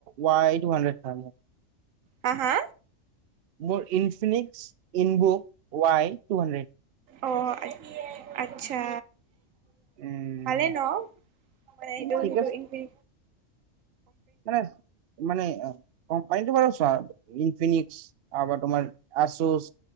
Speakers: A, on the right (about 60°); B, on the right (about 80°).
A: ৱাই টু হানড্ৰেড হয় মোৰ
B: হা হা?
A: মোৰ Infinix InBook Y two hundred
B: অঁ আচ আচ্ছা।
A: উম,
B: ভালে ন মানে এইটো
A: ঠিক
B: সেইটো
A: আছে
B: ইনফি?
A: মানে মানে কোম্পানীটো বাৰু চোৱা ইনফিনিক্স, আৰু বা তোমাৰ আচুচ